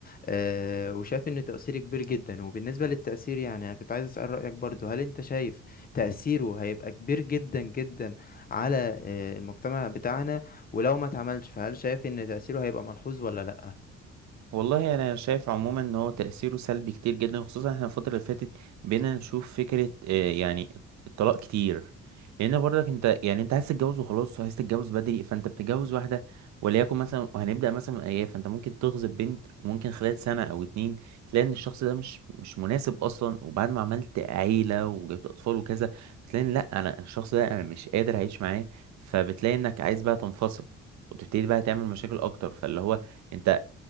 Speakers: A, on the left (about 30°); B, on the right (about 65°).
A: آه، وشايف ان تأثيره كبير جدا وبالنسبة للتأثير يعني انا كنت عايز اسأل رأيك برضو هل انت شايف تأثيره هيبقى كبير جدا جدا على آه، المجتمع بتاعنا ولو ما اتعملش فهل شايف ان تأثيره هيبقى ملحوظ ولا لأ
B: والله يعني انا شايف عموما ان هو تاثيره سلبي كتير جدا وخصوصا احنا الفتره اللي فاتت بقينا نشوف فكره آه، يعني الطلاق كتير لان برضك انت يعني انت عايز تتجوز وخلاص وعايز تتجوز بدري فانت بتتجوز واحده وليكن مثلا وهنبدا مثلا من ايام فانت ممكن تغصب بنت وممكن خلال سنه او اتنين تلاقي ان الشخص ده مش مش مناسب اصلا وبعد ما عملت عيله وجبت اطفال وكذا بتلاقي إن لا انا الشخص ده انا مش قادر اعيش معاه فبتلاقي انك عايز بقى تنفصل وتبتدي بقى تعمل مشاكل اكتر فاللي هو انت